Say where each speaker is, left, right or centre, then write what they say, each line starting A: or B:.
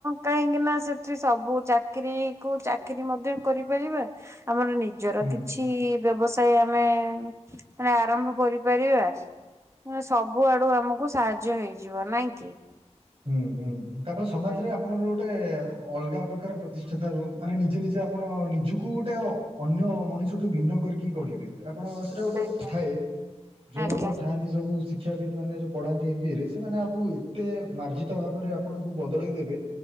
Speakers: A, on the right (about 25°); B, on the right (about 50°).
A: କାହିଁକି ନା ସେଥିରେ ସବୁ ଚାକିରୀ କୁ ଚାକିରି ମଧ୍ୟ କରିପାରିବେ। ଆମର ନିଜର
B: ହୁଁ
A: କିଛି। ବ୍ୟବସାୟ ଆମେ ମାନେ ଆରମ୍ଭ କରିପାରିବା। ମ ସବୁ ଆଡୁ ଆମକୁ ସାହାଯ୍ୟ ହେଇଯିବ ନାଇଁ କି।
B: ହୁଁ ହୁଁ ତାପରେ ସମାଜରେ
A: ଆଜ୍ଞା।
B: ଆପଣଙ୍କ ର ଗୋଟେ ଅଲଗା ପ୍ରକାର ପ୍ରତିଷ୍ଠାତା ମାନେ ନିଜେ ନିଜେ ଆପଣ ନିଜକୁ ଗୋଟେ ଅନ୍ୟ ମଣିଷଠୁ ଭିନ୍ନ କରିକି ଗଢ଼ିବେ। ଆପଣ ସେଇଟା ଗୋଟେ
A: ଆଜ୍ଞା
B: ଥାଏ ଯୋଉ
A: ଆଜ୍ଞା
B: ଆମର ଥାଆନ୍ତି ସବୁ ଶି ଶିକ୍ଷାବିତ୍ ମାନ ଯେଉଁ ପଢ଼ାନ୍ତି ଏମବି ରେ ସେମାନେ ଆପଣଙ୍କୁ ଏତେ ମାର୍ଜିତ ଭାବରେ ଆପଣଙ୍କୁ ବଦଳେଇ ଦେବେ